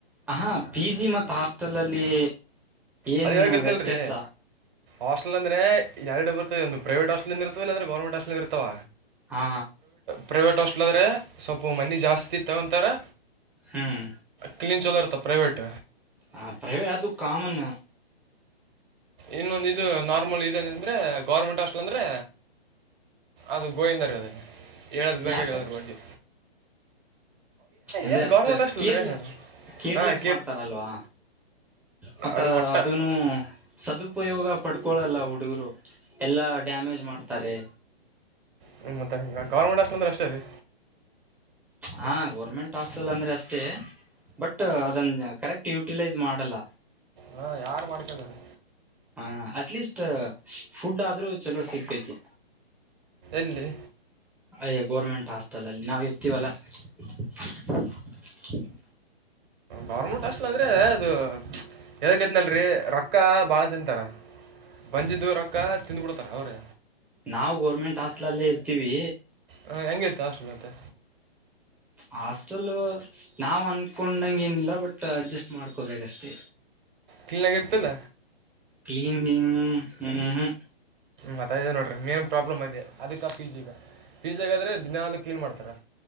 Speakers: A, in the centre; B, on the right.
A: ಆಹಾ ಪಿ ಜಿ ಮತ್ ಹಾಸ್ಟೆಲ್ ಅಲ್ಲಿ. ಏನ್
B: ಅದೇ ಹೇಳಕತ್ನಲ್ರಿ
A: ವ್ಯತ್ಯಾಸ
B: ಹಾಸ್ಟೆಲ್ ಅಂದ್ರ. ಅ ಎರಡು ಬರ್ತಾವ ಒಂದು ಪ್ರೈವೇಟ್ ಹಸ್ಟ್ಲ್ ಇಂದ್ ಇರ್ತಾವ ಇಲ್ಲ ಅಂದ್ರೆ ಗೋರ್ಮೆಂಟ್ ಹಸ್ಟ್ಲ್ ಇರ್ತಾವ.
A: ಹಾ.
B: ಪ್ರೈವೇಟ್ ಹಾಸ್ಟ್ಲ ಅಂದ್ರೆ ಸ್ವಲ್ಪ ಮೊನೀ ಜಾಸ್ತಿ ತಗೊಂತಾರೆ
A: ಹ್ಮ್
B: ಕ್ಲೀನ್ ಚಲೋ ಇರ್ತ. ತ್ತ ಪ್ರೈವೇಟ್.
A: ಹ ಪ್ರೈವೇ ಅದು ಕಾಮನ್.
B: ಇನ್ನೊಂದು ಇದು ನಾರ್ಮಲ್ ಇದೇನು ಅಂದ್ರೆ ಗೌರ್ಮೆಂಟ್ ಹಾಸ್ಟೆಲ್ ಅಂದ್ರೆ. ಅದು ಗೋವಿಂದ ರಿ ಅದು ಹೇಳದ ಬೇಕಾಗಿಲ್ಲ
A: ಯಾಕ
B: ಅದ್ರ ಬಗ್ಗೆ.
A: ಅಂದ್ರೆ
B: ಏನು
A: ಅಷ್ಟು
B: ಗೌರ್ಮೆಂಟ್ ಹಾಸ್ಟೆಲ್
A: ಕೇರ್ಲೆಸ್
B: ರೀ ಹಾಂ
A: ಕೇರ್ಲೆಸ್ ಮಾಡ್ತಾರಲ್ವಾ. ಮತ್ತ
B: ಅದು ಒಟ್ಟು
A: ಅದನು ಸದು. ಉಪಯೋಗ ಪಡ್ಕೊಳ್ಳಲ್ಲ ಹುಡುಗುರು ಎಲ್ಲ ಡ್ಯಾಮೇಜ್ ಮಾಡ್ತಾರೆ.
B: ಹ್ಮ ಮತ್ತೆ ಗೌರ್ಮೆಂಟ್ ಹೋಸ್ಟಿಲ್ ಅಂದ್ರೆ ಅಷ್ಟೇ ರೀ.
A: ಹಾ ಗೌರ್ಮೆಂಟ್ ಹಾಸ್ಟೆಲ್ ಅಂದ್ರೆ ಅಷ್ಟೇ. ಬಟ್ ಅದನ್ನ ಕರೆಕ್ಟ್ ಯುಟಿಲೈಸ್ ಮಾಡಲ್ಲ.
B: ಹಾಂ ಯಾರು ಮಾಡ್ಕೊಂಡಾರೆ
A: ಹ ಅಟ್ಲೀಸ್ಟ್ ಫುಡ್ ಆದ್ರೂ. ಚಲೋ ಸಿಗ್ತೈತಿ.
B: ಇಲ್ಲಿ.
A: ಅಯ ಗೋರ್ಮೆಂಟ್ ಹಾಸ್ಟೈಲ್ ಅಲ್ಲಿ ನಾವ್ ಇರ್ತೀವಲ್ಲಾ. <unintelligible> <inaudible>
B: ಗೌರ್ಮೆಂಟ್ ಹಾಸ್ಟೆಲ್ ಅಂದ್ರೆ <unintelligible> ಅದು ಹೇಳಕತಿನೀ ಅಲ್ರೀ ರೊಕ್ಕ ಬಾಳ ತಿಂತಾರ. ಬಂದಿದ್ದು ರೊಕ್ಕ ತಿಂದ್ ಬಿಡ್ತಾರ ಅವ್ರೆ.
A: ನಾವು ಗೋರ್ಮೆಂಟ್ ಹಾಸ್ಟೆಲ್ ಅಲ್ಲೇ ಇರ್ತೀವಿ.
B: ಹಾಂ ಹೆಂಗೈತೆ ಆಷ್ಟುಲ ಮತೆ.
A: ಹಾಸ್ಟೆಲ್ ನಾವು ಅನ್ಕೊಂಡಂಗ ಏನಿಲ್ಲ ಬಟ್ ಅಡ್ಜಸ್ಟ್ ಮಾಡ್ಕೊ ಬೇಕಷ್ಟೇ.
B: ಕಲ್ನಗ ಇರ್ತಲ್ಲ.
A: ಕ್ಲೀನಿಂಗ್ ಹು ಹ್ಮ.
B: ಮತ್ತದೆ ನೋಡ್ರರಿ ಮೇನ್ ಪ್ರಾಬ್ಲಮ್ ಅದೆ ಅದಕ್ಕೆ ಪಿ ಜಿಗ ಪಿ ಜಿಗಾದ್ರೆ ದಿನೂ ಕ್ಲೀನ್ ಮಾಡ್ತಾರೆ.